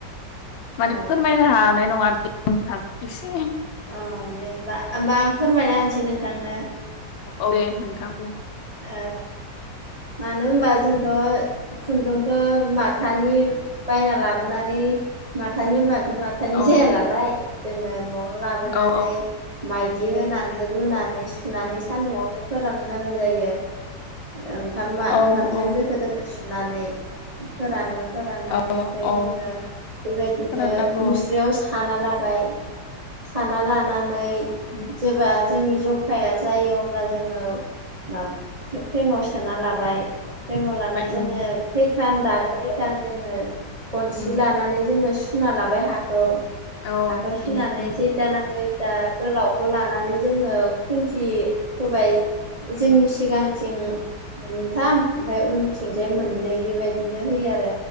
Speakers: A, on the left (about 80°); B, on the right (about 35°).
A: माने
B: अ
A: फोरमायनो हानाय नङा नोंथां एसे
B: अ दे होमबा होमबा आं फोरमायना होनसै नोंथांनो।
A: औ दे नोंथां।
B: ओ। मानो होनबा जोंथ'। खुन्दुंखौ माथानि बायना लाबोनानै माथानि होमबाथ माथा
A: अ औ
B: जाया नालाय जोङो न'आव लाबोनानै
A: औ
B: माइदि होनानै रुनानै नानै सान्दुं
A: औ
B: जोब फोराननांगौ जायो। ओंखाम
A: औ
B: ओंखामजों
A: औ
B: दोखो दोखो सुनानै फोरानो फोराननानै
A: औ
B: ओमफ्राय
A: औ
B: जोङो बेबायदिनो
A: फोराननांगौ
B: मुस्रायाव साना लाबाय, साना लानानै
A: उनावहाय
B: जेब्ला जोंनि जखाया जायो अब्ला जोङो मा फ्रेमाव सोनालाबाय लाबाय, फ्रेमावलाना जोङो
A: उम
B: खैखान दागोन खैइखान जोङो गनसि
A: उम
B: लानानै जोङो सुना लाबाय हाखौ।
A: औ
B: हाखौ सुनानै
A: उम उम
B: जे <unintelligible> गोलावखौ लानानै जोङो खुन्थि होबाय।
A: उम
B: जोङो सिगांथिं मोनथाम आमफ्राय उनथिंजाय मोननै बेबायदिनो होयो आरो।